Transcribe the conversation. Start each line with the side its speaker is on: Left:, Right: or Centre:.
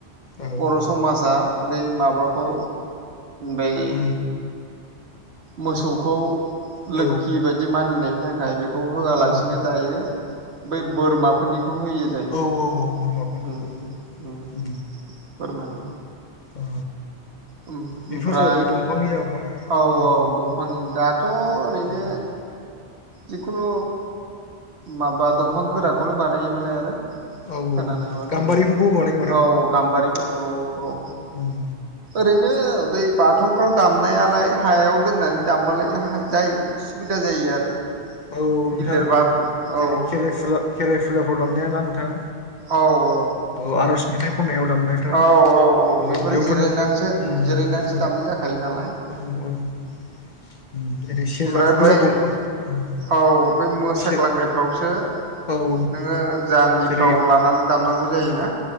Left: औ
Right: बर' समाजा बै माबाखौ बै
Left: उम
Right: मोसौखौ
Left: औ
Right: लोखि बायदि मानिनायनि थाखाय बेखौ होआलासिनो
Left: औ
Right: दायो बै बोरमाफोरनि खौ होयो जाहैदों
Left: औ बोरमाफोरनिखौ
Right: ओं ओं ओं
Left: उम
Right: बोरमानि
Left: औ
Right: ओम
Left: बेफोर
Right: ओमफ्राय
Left: जाहैबाय दंफांनि जाबाय
Right: औ
Left: उम
Right: औ दंफांनि दाथ' ओरैनो
Left: औ
Right: जिखुनु माबा दंफां गोराखौनो बानायोबालाय आरो
Left: औ
Right: खोनानाय मथेबा
Left: गाम्बारिफोरखौबो बानायो
Right: औ गाम्बारिफोरखौ औ
Left: उं
Right: ओरैनो बै बाथ बाथौफ्राव दामनायालाय हायाव दोननानै दामबालाय जाय सुबिदा जायो आरो
Left: औ औ नोंथां
Right: गिलिरबाबो
Left: जेरै
Right: औ
Left: खेराइ फुजा खेराइ फुजाफ्राव दामनाया नां हो
Right: औ औ
Left: औ आरज मेथाइ खन्नायाव दामनायफ्रा
Right: औ औ
Left: औ
Right: बेफोरो
Left: बेयावथ'
Right: जिरायनानैसो
Left: नों उम
Right: जिरायनानैसो
Left: उम औ
Right: दामनाय जाखायो नालाय
Left: औ उम जेरै सेरजाखौबो
Right: ओमफ्राय बै
Left: जा दंफां उम
Right: औ बे मोसाग्लांनायफ्रावसो
Left: सेर औ औ
Right: नोङो जान्दिफ्राव
Left: जेरै
Right: लानानै दामनांगौ जायोना
Left: उम